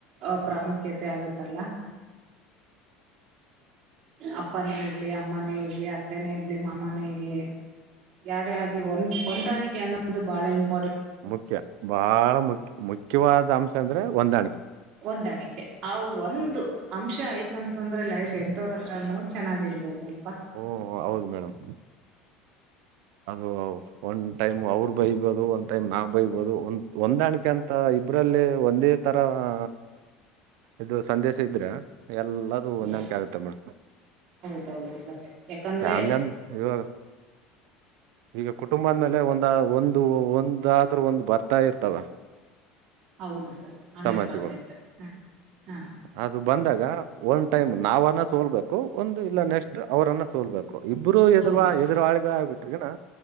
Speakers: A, on the right; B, on the right.
A: ಆ ಪ್ರಾಮುಖ್ಯತೆ ಆಗುತ್ತಲ್ಲ. ಅಪ್ಪನೇ ಇರ್ಲಿ ಅಮ್ಮನೇ ಇರ್ಲಿ ಅತ್ತನೇ ಇರ್ಲಿ ಮಾಮನೇ ಇರ್ಲಿ ಯಾರೇ ಆಗಿ ಒಂದ್ ಹೊಂದಾಣಿಕೆ ಅನ್ನೋದು ಬಾಳ ಇಂಪಾ
B: ಮುಖ್ಯ ಬಹಳ ಮುಖ್ಯ ಮುಖ್ಯವಾದ ಅಂಶ ಅಂದ್ರೆ ಹೊಂದಾಣಿಕೆ.
A: ಹೊಂದಾಣಿಕೆ ಆ ಒಂದು
B: ಹ್ಮ
A: ಅಂಶ ಆಯ್ತು. ಅಂತಂದ್ರೆ ಲೈಫ್ ಎಂಂತವ್ರ ಹತ್ರನ್ನೋ ಚೆನ್ನಾಗಿರ್ಬಹುದು ಅಲ್ಲ.
B: ಹಓ ಹೌದು ಮೇಡಮ್. ಅದು ಒಂದ್ ಟೈಮ್ ಅವ್ರ ಬೈಬೋದು ಒ್ ಟೈಮ್ ನಾವ ಬೈಬೋದು ಒ ಹೊಂದಾಣಿಕೆ ಅಂತ ಇಬರಲ್ಲಿ ಒಂದೇ ತರ ಆ ಇದು ಸಂದೇಶ ಇದ್ರೆ ಎಲ್ಲದುೂ ಹೊಂದಾಣಿಕೆ
A: ಸರ್
B: ಆಗುತ್ತೆ ಮೇಡಮ್
A: ಹೌದು ಸರ್ ಯಾಕಂದ್ರೆ,
B: ಫ್ಯಾಮಿಲಿ ಅಂದ ಇವಾಗ ಈಗ ಕುಟುಂಬದ್ಮೇಲೆ ಒಂದ ಒಂದು ಒಂದಾದ್ರೂ ಒಂದು್ ಬರ್ತಾ ಇರ್ತವ
A: ಹೌದು ಸರ್ ಹಂಡ್ರೆಡ್
B: ಸಮಸ್ಯೆಗಳು
A: ಪರ್ಸೆಂಟ್ ಹ ಹಾ
B: ಅದು ಬಂದಾಗ ಒಂದು ಟೈಮ್ ನಾವ ಸೋಲ್ಬೇಕು ಒಂದು ಇಲ್ಲ ನೆಕ್ಸ್ಟ್ ಅವರನ್ನ ಸೋಲ್ಬೇಕು ಇಬ್ಬರು
A: ಸೋಲ್ಬೇಕು
B: ಎದು ಎದುರುಾಳಿಗಳಾಗಗ್ಬಿಟ್ರಗನಾ